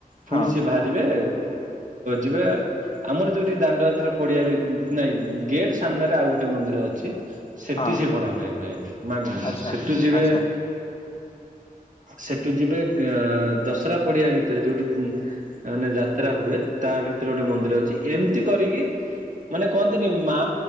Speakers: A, on the right; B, on the left.
A: ପୁଣି
B: ହଁ
A: ସେ ବା ଯିବେ ଯିବେ ଆମର ଯୋଉଠି ଦାଣ୍ଡ ହାତ୍ର ପଡିଆ ନାଇଁ ଗେଟ ସାମ୍ନାରେ ଆଉ ଗୋଟେ ମନ୍ଦିର ଅଛି ସେଠି
B: ହଁ
A: ସେି ପଣା ଭପାରିବେ ମାଗିଲ
B: ଆଚ୍ଛା
A: ସେଠୁ ଯିବେ
B: ଆଚ୍ଛା
A: ସେଠୁ ଯିବେ ଦଶହରା ପଡିଆ ଭିତରେ ଯୋଉଠି ମାନେ ଯାତ୍ରା ହୁଏ ତା ଭିତରେ ଗୋଟେ ମନ୍ଦିର ଅଛି ଏମିତି କରିକି ମାନେ କହନ୍ତିନି ମା